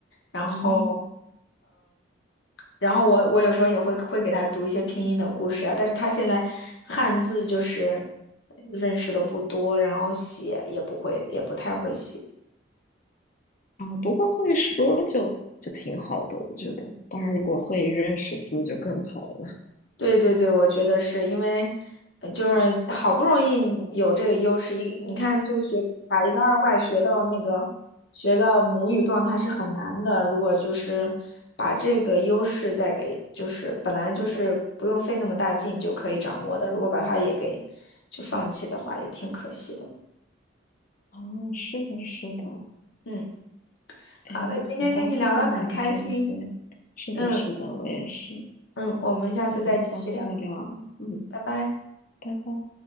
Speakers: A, on the left; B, on the left.
A: 然后。
B: 嗯
A: 然后我我有时候也会会给他读一些拼音的故事啊，但是他现在汉字就是认识的不多，然后写也不会，也不太会写。
B: 啊，不过会说就就挺好的，我觉得。当然，如果会认识字就更好了。
A: 对对对，我觉得是因为，呃就是好不容易有这个优势，一你看就学把一个二外学到那个学到母语状态是很难的。如果就是把这个优势再给，就是本来就是不用费那么大劲就可以掌握的，如果把它也给就放弃的话，也挺可惜的。
B: 哦，是的，是的。
A: 嗯，
B: 哎，
A: 好的，
B: 那很高兴跟你聊这些。
A: 今天跟你聊得很开心。
B: 是的，
A: 嗯
B: 是的，我也是。
A: 嗯，我们下次再继续聊。
B: 那我们下次再聊。
A: 嗯，
B: 嗯，
A: 拜拜。
B: 拜拜。